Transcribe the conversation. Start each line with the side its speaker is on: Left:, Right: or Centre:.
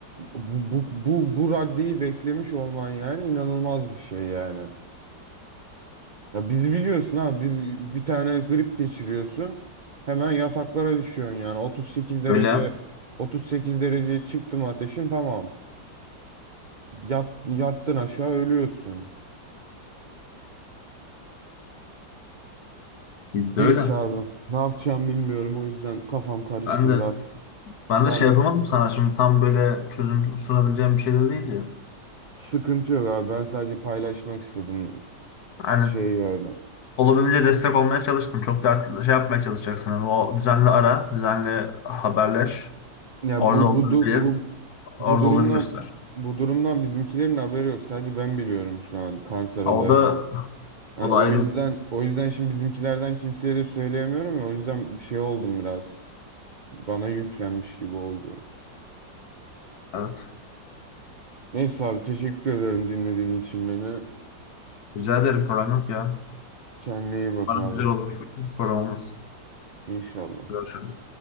Right: bu, bu, bu, bu raddeyi beklemiş olman yani inanılmaz bir şey yani. Ya bizi biliyorsun ha biz bir tane grip geçiriyorsun hemen yataklara düşüyorsun yani 38 derece
Left: Öyle.
Right: 38 dereceye çıktı mı ateşin tamam. Yat, yattın aşağı ölüyorsun.
Left: Bizde
Right: Neyse
Left: öyle.
Right: abi ne yapacağım bilmiyorum o yüzden kafam karıştı
Left: Ben de
Right: biraz.
Left: ben
Right: Ben
Left: de şey yapamadım sana şimdi tam böyle çözüm sunabileceğim bir şey de değil ya.
Right: sıkıntı yok abi ben sadece paylaşmak istedim
Left: Yani
Right: şey yani.
Left: olabildiğince destek olmaya çalıştım. Çok dert şey yapmaya çalışacaksın. Yani o düzenli ara, düzenli haberleş.
Right: Ya
Left: Orada
Right: bu
Left: olduğunu
Right: bu du-
Left: bil,
Right: bu bu
Left: orada
Right: durumdan
Left: olduğunu göster.
Right: bu durumdan bizimkilerin haberi yok. Sadece ben biliyorum şu an kanser olayını.
Left: Ha, O da
Right: Hani
Left: o da
Right: o
Left: ayrı
Right: yüzden
Left: bir
Right: o yüzden şimdi bizimkilerden kimseye de söyleyemiyorum ya. O yüzden bir şey oldum biraz. Bana yüklenmiş gibi oldu.
Left: evet.
Right: Neyse abi teşekkür ederim dinlediğin için beni.
Left: Rica ederim program yok ya.
Right: Kendine iyi bak
Left: Bana
Right: abi.
Left: güzel olur. Program olmaz.
Right: İnşallah.
Left: Görüşürüz.